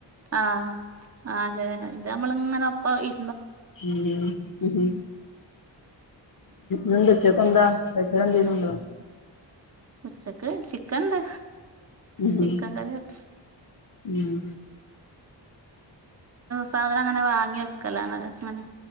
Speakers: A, on the right; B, on the left.
A: ആഹ് ആഹ ശരി അത് നമ്മളിങ്ങനെ ഇപ്പ ഇ
B: ഉം ഉ ന ഉച്ചക്ക എന്താ പക്ഷണംം ചെയ്യുന്നുണ്ടോ
A: ഉച്ചക്ക് ചിക്കൻണ്ട്
B: ഉം
A: ചിക്കൻ
B: ഹും
A: കറിക്ക
B: ഉം
A: സാധനം അങ്ങനെ വാങ്ങി വെക്കല അങ്ങനെ